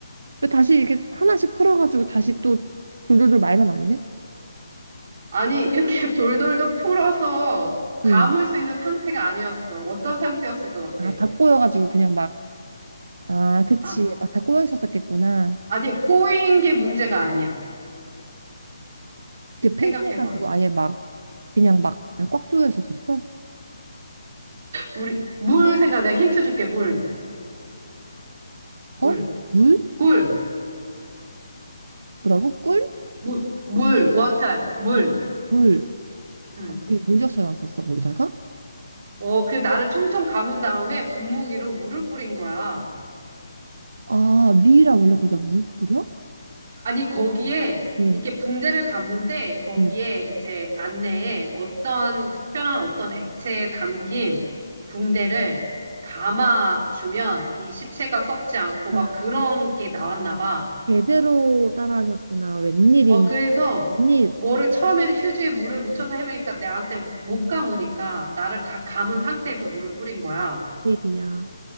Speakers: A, on the right; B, on the right.
A: 왜 다시 이렇게 하나씩 풀어가지고 다시 또 돌돌돌 말면 안 돼?
B: 아니, 이렇게 <laughs> 돌돌돌 풀어서 감을
A: 응.
B: 수 있는 상태가 아니었어. 어떤 상태였을 것 같아?
A: 아, 다 꼬여가지고 그냥 막, 아, 그치.
B: 아,
A: 막 다 꼬여 있었었겠구나.
B: 아니, 꼬인 게 문제가 아니야.
A: 그게
B: 생각해봐.
A: 팽팽해가지고 아예 막, 그냥 막 꽉 조여 있었었어?
B: 우리, 물 생각, 내가 힌트 줄게. 물, 물,
A: 어? 물?
B: 물,
A: 뭐라고? 꿀?
B: 물, 물, 워터, 물.
A: 물
B: 음.
A: 거기 물 줬어야 왔었어 거기다가
B: 어, 그 나를 총총 감은 다음에 분무기로 물을 뿌린 거야.
A: 아 미라 원래 거기다 물 뿌려?
B: 아니, 거기에
A: 어,
B: 이렇게 붕대를 감는데 거기에
A: 어.
B: 이제 안내에 어떤 특별한 어떤 액체에 담긴 붕대를 감아주면
A: 아,
B: 이 시체가 썩지 않고
A: 아,
B: 막 그런 게 나왔나 봐.
A: 제대로 따라하셨구나. 웬일인,
B: 어, 그래서
A: 웬일,
B: 뭐를 처음에는 휴지에 물을 묻혀서 해보니까 내한테 못 감으니까 나를 다 감은 상태에서 물을 뿌린 거야.
A: 웬일이야.